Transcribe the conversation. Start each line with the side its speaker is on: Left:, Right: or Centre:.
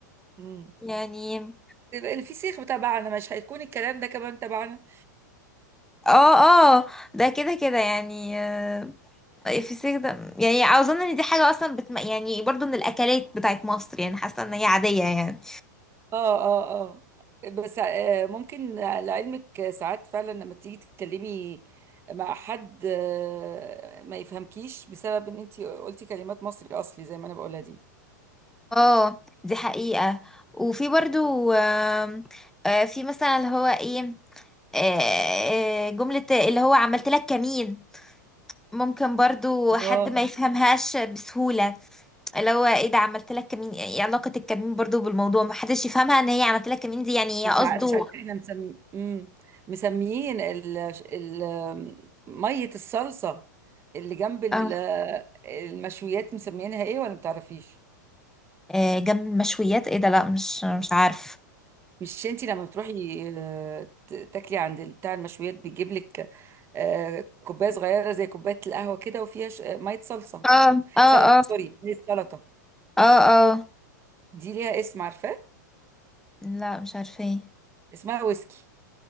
Right: امم
Centre: يعني
Right: الفسيخ تبعنا مش هيكون الكلام ده كمان تبعنا
Centre: اه اه ده كده كده يعني آه، في السيخ ده يعني اظن ان دي حاجة اصلا بتم... يعني برضو من الاكلات بتاعت مصر يعني حاسة ان هي عادية يعني
Right: اه اه اه بس آه، ممكن لعلمك ساعات فعلا لما تيجي تتكلمي مع حد آه، ما يفهمكيش بسبب ان انت قلتي كلمات مصري اصلي زي ما انا بقولها دي
Centre: اه دي حقيقة وفي برضو آم، آه، في مثلا اللي هو ايه آه، آه، جملة اللي هو عملت لك كمين ممكن برضو
Right: اه
Centre: حد ما يفهمهاش بسهولة اللي هو ايه ده عملت لك كمين ايه علاقة الكمين برضو بالموضوع ما حدش يفهمها ان هي عملت لك كمين دي يعني
Right: انت
Centre: هي قصده
Right: عارفه ان احنا مسم... مم. مسميين ال... ال... ميه الصلصه اللي جنب ال...
Centre: اه
Right: المشويات مسميينها ايه ولا متعرفيش
Centre: آه، جنب المشويات ايه ده لا مش مش عارف
Right: مش انتي لما بتروحي آه، ت- تاكلي عند بتاع المشويات بيجيب لك آه، كوبايه صغيره زي كوبايه القهوه كده وفيها ش- آه، ميه صلصه
Centre: اه
Right: سلطه
Centre: اه اه
Right: سوري هي السلطه
Centre: اه اه
Right: دي ليها اسم عارفاه
Centre: لا مش عارفه ايه
Right: اسمها ويسكي